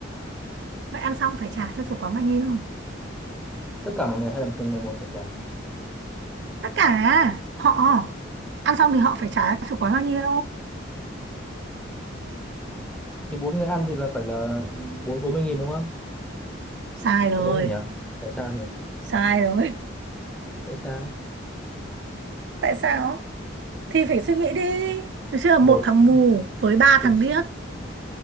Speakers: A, on the right (about 60°); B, in the centre.
A: Vậy ăn xong phải trả cho chủ quán bao nhiêu?
B: tất cả mọi người hay là từng người một phải trả
A: tất cả họ ăn xong thì họ phải trả chủ quán bao nhiêu
B: thì bốn người ăn thì là phải là bốn bốn mươi nghìn đúng không
A: sai rồi
B: Có đúng không nhỉ tại sao nhỉ
A: sai rồi <laughs>
B: tại sao
A: tại sao thì phải suy nghĩ đi được chưa một
B: một
A: thằng mù với ba
B: thì
A: thằng điếc